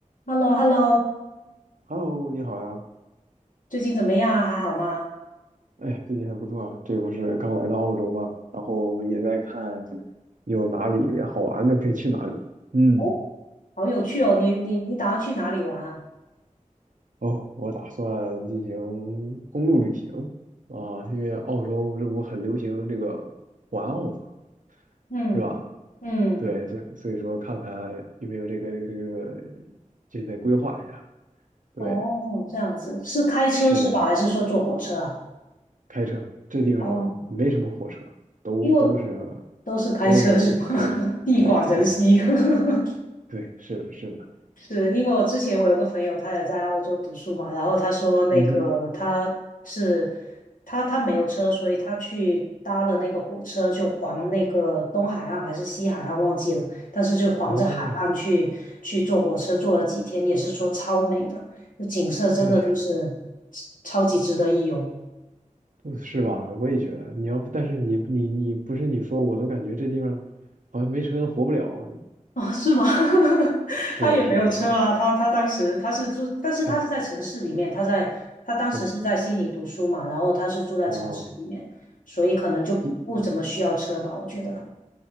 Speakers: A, on the left (about 80°); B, on the right (about 75°).
A: h e l l o h e l l o
B: Hello，你好呀！
A: 最近怎么样啊还好吗？
B: 哎，最近还不错啊，这不是刚来到澳洲吗？然后也在看有哪里好玩的可以去哪里。嗯，
A: 哦，好有趣哦！你你你打算去哪里玩啊？
B: 哦，我打算进行公路旅行啊，因为澳洲这不很流行这个环澳嘛，
A: 嗯嗯，
B: 是吧？对，所以所以说看看有没有这个这个这个这个，现在规划一下。对，
A: 哦，这样子是开车是吧？
B: 是的，是。
A: 还是说坐火车啊？
B: 开车，这地方没什么火车，
A: 哦，
B: 都都是
A: 因为都是开车是吧？
B: 都是开车。
A: <laughs> 地广人稀。
B: 对对是
A: <laughs>
B: 对，是的，是的。
A: 是因为我之前我有个朋友，他也在澳洲读书嘛，然后他说那个他是
B: 嗯哼，
A: 他他没有车，所以他去搭了那个火车，就环那个东海岸还是西海岸忘记了，但是就环着海岸去去坐火车，
B: 哦，
A: 坐了几天，也是说超美的，那景色真的就是
B: 我天，
A: 超级值得一游。
B: 不是吧？我也觉得，你要但是你你你不是你说，我都感觉这地方好像没车活不了啊
A: <laughs> 哦，是吗？<laughs>
B: 是的，
A: 他也没有车啊，
B: 是的，是的，
A: 他他当时他是住，但是他是在城市里面，
B: 它
A: 他在他当时是在悉尼读书嘛，
B: 对
A: 然后他是住在城市里面，
B: 啊，
A: 所以可能就不怎么需要车吧，
B: 悉
A: 我觉得。